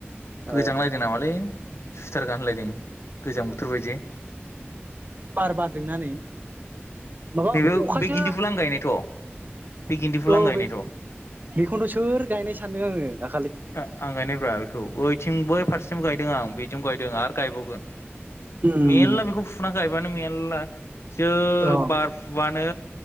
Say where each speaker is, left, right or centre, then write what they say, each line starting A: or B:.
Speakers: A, on the left; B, on the right.
A: गोजांलायदो
B: ओ
A: नामालै सुइटार गानलायदों गोजां बोथोर बायदि
B: बार बारदोंनानै माबा
A: नैबे
B: अखासो
A: बे गिन्दिफुल आं गायनायथ' बे गिन्दिफुल
B: औ
A: आं गायनायथ'
B: बे बेखौनोथ' सोर गायनाय सानदों आङो दा
A: आं गायनायब्रा बेखौ ओइथिं बै फारसें गायदों आं बेजों गायदों आरो गायबावगोन।
B: उम
A: मेरला बेखौ फुना गायबानो मेलला जो
B: औ
A: बारफुबा नो